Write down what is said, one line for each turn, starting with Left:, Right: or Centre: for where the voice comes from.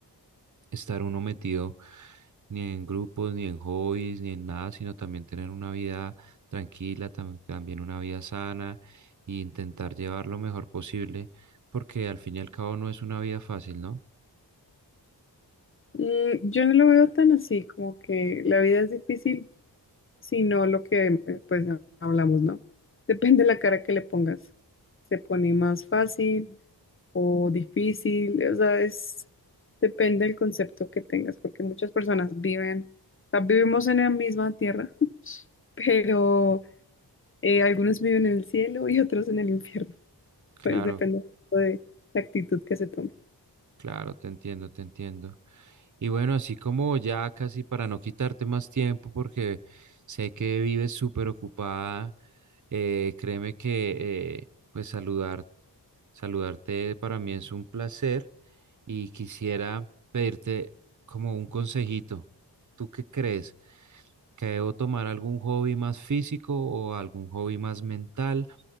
Right: estar uno metido ni en grupos, ni en hobbies, ni en nada, sino también tener una vida tranquila, tam- también una vida sana e intentar llevar lo mejor posible, porque al fin y al cabo no es una vida fácil, ¿no?
Left: Mm, Yo no lo veo tan así, como que la vida es difícil, sino lo que eh, pues hablamos, ¿no? Depende de la cara que le pongas. Se pone más fácil o difícil, o sea, es depende del concepto que tengas, porque muchas personas viven, o sea, vivimos en la misma tierra, <laughs> pero eh, algunos viven en el cielo y otros en el infierno. <laughs>
Right: Claro,
Left: Pues depende mucho de la actitud que se tome.
Right: claro, te entiendo, te entiendo. Y bueno, así como ya casi para no quitarte más tiempo, porque sé que vives súper ocupada, eh, créeme que... eh, pues saludar Saludarte para mí es un placer y quisiera pedirte como un consejito. ¿Tú qué crees? ¿Que debo tomar algún hobby más físico o algún hobby más mental?